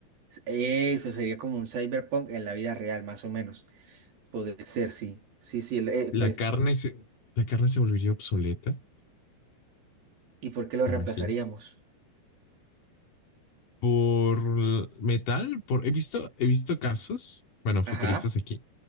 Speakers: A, on the right; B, on the left.
A: eso sería como un cyberpunk en la vida real, más o menos. Podría ser, sí. Sí, sí, el- eh,
B: La
A: pues,
B: carne se, la carne se volvería obsoleta, ¿te
A: ¿y por qué lo
B: imaginas?
A: reemplazaríamos?
B: Por l- metal, por, he visto, he visto casos, bueno,
A: Ajá,
B: futuristas aquí,